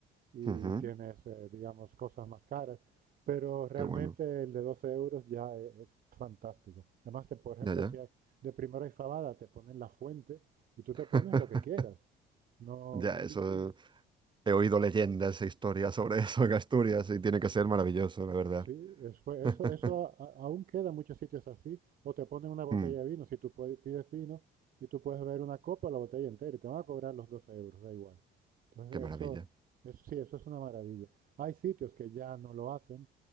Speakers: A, on the right; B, on the right.
A: y
B: ujú,
A: tienes, eh, digamos, cosas más caras. Pero realmente
B: ¡Qué bueno!
A: el de 12 euros ya e- es, fantástico. Además, te, por ejemplo,
B: Ya, ya.
A: si hay de primera y fabada, te ponen la fuente y tú te
B: <laughs>
A: pones lo que quieras. No,
B: Ya, eso
A: y- y-
B: he oído leyendas e historias sobre eso en Asturias y tiene que ser maravilloso, la verdad.
A: sí, después, eso,
B: <laughs>
A: eso a- aún queda en muchos sitios así. O te ponen una botella
B: Mm,
A: de vino, si tú puedes- pides vino y tú puedes beber una copa o la botella entera y te van a cobrar los 12 euros, da igual. Entonces,
B: qué maravilla.
A: eso, eso sí, eso es una maravilla. Hay sitios que ya no lo hacen